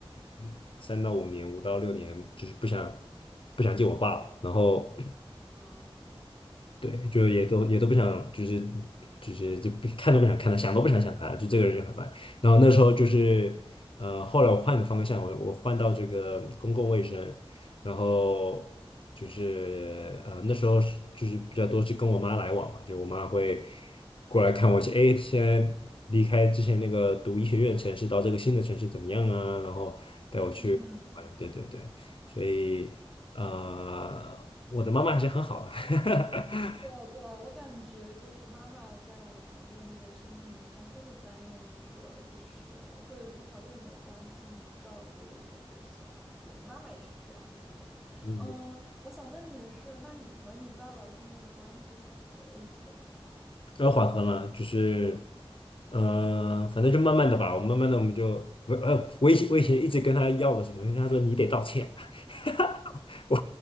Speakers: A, on the left (about 60°); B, in the centre.
A: 嗯三到五年，五到六年，就是不想不想见我爸，然后
B: 哦哦
A: 对，就也都也都不想，就是就是就不看都不想看他，想都不想想他，就这个人就很烦。然后那时候就是，呃，后来我换个方向，我我换到这个公共卫生，然后就是呃那时候是就是比较多是跟我妈来往嘛，就我妈会过来看我一些，哎，现在离开之前那个读医学院的城市，到这个新的城市怎么样啊？然后带我去玩，
B: 嗯。
A: 对对对，所以。呃，我的妈妈还是很好的，<laughs>
B: 对对，我感觉就是妈妈在我们的那个生命里，还是会担任一个就是会无条件的关心和照顾的一个角色吧。我的妈妈也是这样子的。
A: 嗯，
B: 嗯，我想问你的是，那你和你爸爸现在的关系缓和了一些吗？
A: 要缓和了，就是，嗯、反正就慢慢的吧，我慢慢的我们就，我呃，我以前我以前一直跟他要我什么，因为他说你得道歉，<laughs> 我